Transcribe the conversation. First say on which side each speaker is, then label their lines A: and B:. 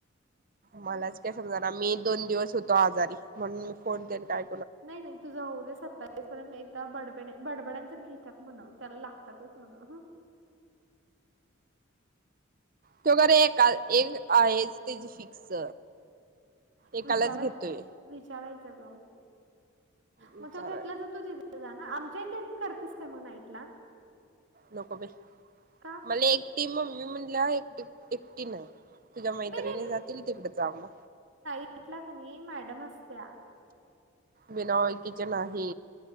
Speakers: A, on the right; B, on the right.
A: मलाच काय समजा ना मी दोन दिवस होतो आजारी म्हणून मी फोन के टय
B: नाही नाही तुझा होऊ दे स आता ते मी एकदा बडब बडबड्यांच्याच घेतात म्हण त्याला लागतातच म्हण ह
A: ते वगैरे एक एक आहेच त्याची फिक्स एकालाच
B: विचारायच
A: घेतोय
B: विचारायचं ग
A: विचाराय
B: मग तो घेतलाच तू तिथे जा ना आमच्या इथ करतेस का मग नाईटला
A: नको बे
B: का
A: मला एकटी मम्मी म्हणले एकट एकटी नाही तुझ्या
B: नाही
A: मैत्रिणी जातील तिकड जाम
B: कितलाक न मॅडम अससत त्या्या
A: बिना ओळकीचे नाही